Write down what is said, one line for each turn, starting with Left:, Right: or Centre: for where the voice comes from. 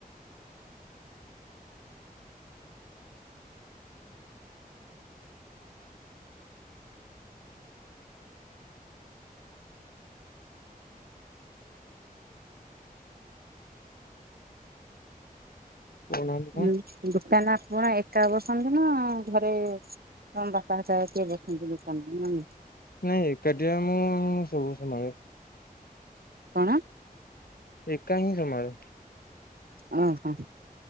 Left: କହୁନାହାନ୍ତି କଣ
Right: ଉଁ ଗୁପ୍ତା ନା କଣ ଏକା ବସନ୍ତି ନା ଘରେ ତମ ବାପା ହେରିକା କିଏ ବସନ୍ତି ଲୋକାନ ନା ନାହିଁ?
Left: ନାଇଁ ଏକାଠିଆ ମୁଁ ସବୁ ସମ୍ଭାଳେ।
Right: କଣ?
Left: ଏକା ହିଁ ସମ୍ଭାଳେ।
Right: ଓ ହୋ।